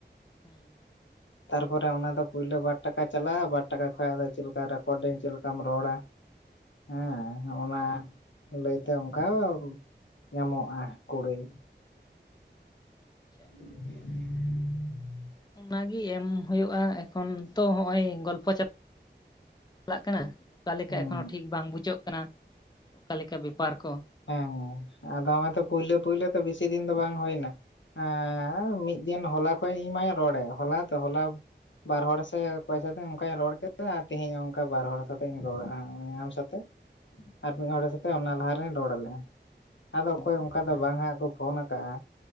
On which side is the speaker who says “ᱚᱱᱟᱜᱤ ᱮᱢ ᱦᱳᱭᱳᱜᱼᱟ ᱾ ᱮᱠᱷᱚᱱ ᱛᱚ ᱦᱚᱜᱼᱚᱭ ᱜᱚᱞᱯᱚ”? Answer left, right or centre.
Left